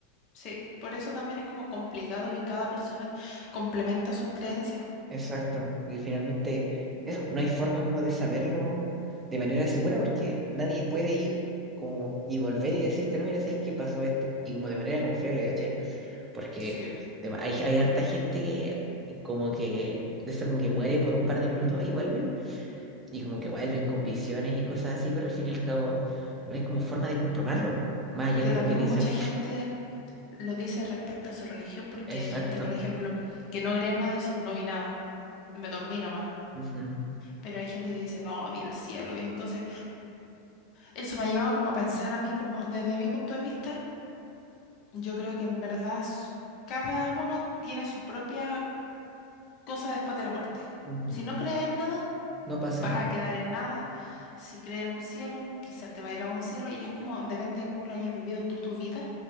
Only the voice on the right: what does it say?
Exacto. Y finalmente, eso, no hay forma como de saberlo de manera segura porque nadie puede ir como y volver y decirte, no, mira, ¿sabes qué pasó esto? Y como de manera confiable, ¿caché? Porque
de ma- hay, hay harta gente que eh, como que, de esa como que muere por un par de minutos y vuelve, y como que vuelven con visiones y cosas así, pero al fin y al cabo no hay como forma de comprobarlo, más allá
de
lo que dicen.
Exacto.
Ujú,
ujú.
No pasa
nada.